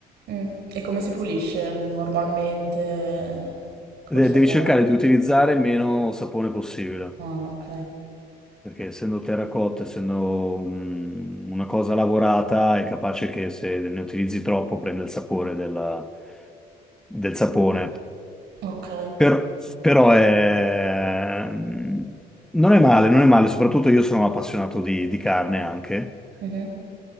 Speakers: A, on the right (about 75°); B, in the centre.
A: Mm. E come si pulisce normalmente col
B: De-
A: sapone?
B: devi cercare di utilizzare meno sapone possibile,
A: Ah, ok.
B: perché essendo terracotta, essendo un- una cosa lavorata, è capace che se ne utilizzi troppo prende il sapore della- del sapone.
A: Ok.
B: Per- però è... mm, non è male, non è male, soprattutto io sono un appassionato di, di carne anche,
A: Mhm.